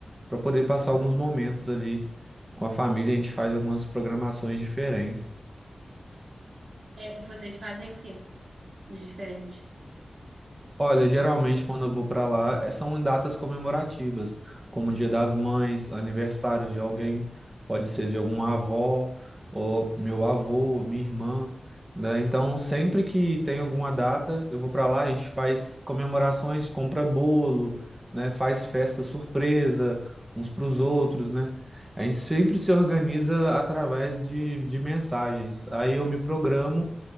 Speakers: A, on the right; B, on the right.
A: para poder passar alguns momentos ali com a família. A gente faz algumas programações diferentes.
B: É, vocês fazem o quê de diferente?
A: Olha, geralmente quando eu vou para lá, eh, são em datas comemorativas, como Dia das Mães, aniversário de alguém, pode ser de alguma avó, ou meu avô, minha irmã, né? Então, sempre que tem alguma data, eu vou para lá, a gente faz comemorações, compra bolo, né? Faz festa surpresa uns para os outros, né? A gente sempre se organiza através de, de mensagens. Aí eu me programo